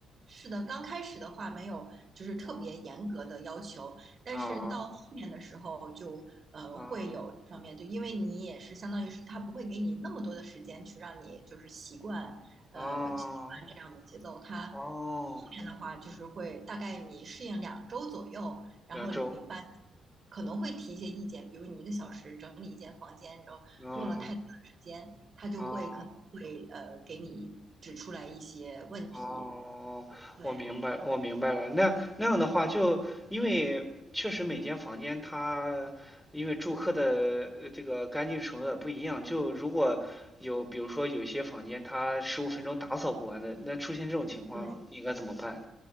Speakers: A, on the right; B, in the centre.
A: 是的，刚开始的话没有，就是特别严格的要求，
B: 哦
A: 但是到后面的时候就呃会有这方面，
B: 啊啊
A: 就因为你也是相当于是他不会给你那么多的时间去让你就是习惯呃习惯这样的节奏，
B: 啊
A: 他后
B: 哦，
A: 面的话就是会大概你适应两周左右，然后领班就可能会提一些意见，
B: 两周，
A: 比如你一个小时整理一间房间，然后用了太多的时间，
B: 嗯
A: 他就会可能会呃给你指出来一些问题，
B: 啊。哦哦，
A: 对。
B: 我明白，我明白了。那那样的话就，因为确实每间房间它因为住客的呃这个干净程度也不一样，就如果有比如说有些房间它十五分钟打扫不完的，那出现这种情况应该怎么办呢？
A: 对，